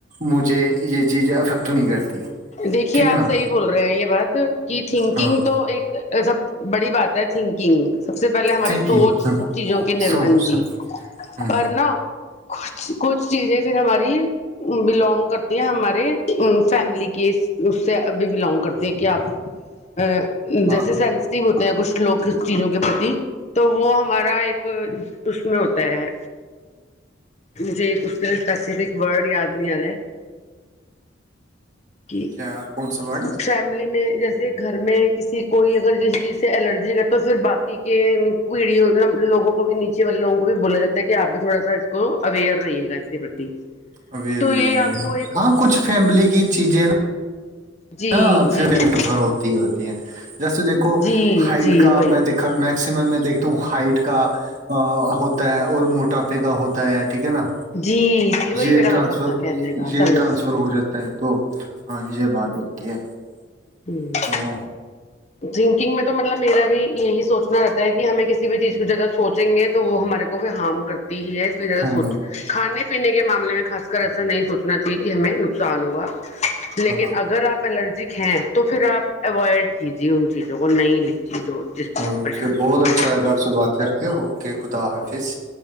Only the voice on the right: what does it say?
مجھے <unintelligible> ج یہ چیزیں افیکٹ نہیں کرتی <unintelligible>
ٹھیک
ہے نا
ہاں
تھنکنگ
سوچ
ہاں
ہاں
کیا کون سا ورڈ
ابھی
ہاں کچھ فیملی کی چیزیں نا <unintelligible>
ن فور
ہوتی ہی ہوتی ہیں جیسے دیکھو
ہائٹ
کا
میں
دیکھا میکسمم میں دیکھتا ہوں ہائٹ کا ہوتا ہے اور موٹاپے کا ہوتا ہے <unintelligible> ٹھیک ہے نا
یہ
ٹرانسفر
یہ
ٹرانسفر
ہو جاتا ہے تو ہاں یہ بات ہے <unintelligible> ٹھیک ہے <unintelligible>
تو <unintelligible>
ہاں
ہاں
اورک
بہت
اچھا لگا اس سے بات کر کے اوک خدا فیس